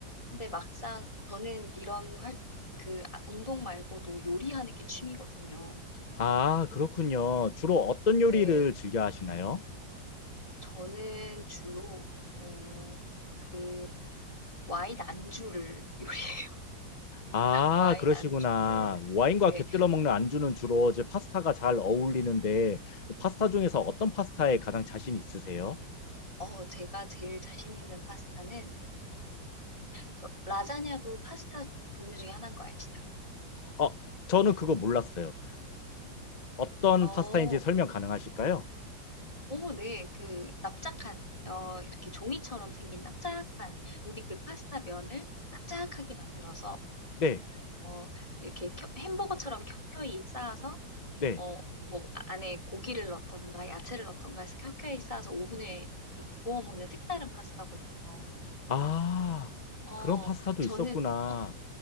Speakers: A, on the left (about 15°); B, on the left (about 35°).
A: 근데 막상 저는 이런 활, 그 아- 운동 말고도 요리하는 게 취미거든요.
B: 아, 그렇군요. 주로 어떤 요리를
A: 네,
B: 즐겨 하시나요?
A: 저는 주로 어, 그 와인 안주를 <laughs> 요리해요.
B: 아,
A: 와인
B: 그러시구나.
A: 안주를
B: 와인과
A: 네,
B: 곁들여 먹는 안주는 주로 이제 파스타가 잘 어울리는데, 파스타 중에서 어떤 파스타에 가장 자신 있으세요?
A: 어 제가 제일 자신 있는 파스타는 저, 라자냐도 파스타 종류 중에 하나인 거 아시죠?
B: 어, 저는 그거 몰랐어요. 어떤
A: 어,
B: 파스타인지 설명 가능하실까요?
A: 오, 네, 그 납작한 어 이렇게 종이처럼 생긴 납작한 우리 그 파스타 면을 납작하게 만들어서
B: 네,
A: 어, 이렇게 켜- 햄버거처럼 켜켜이 쌓아서,
B: 네.
A: 어, 뭐, 아- 안에 고기를 넣던가, 야채를 넣던가 해서 켜켜이 쌓아서 오븐에 이렇게 구워 먹는 색다른 파스타거든요.
B: 아,
A: 어,
B: 그런 파스타도
A: 저는,
B: 있었구나.
A: 어,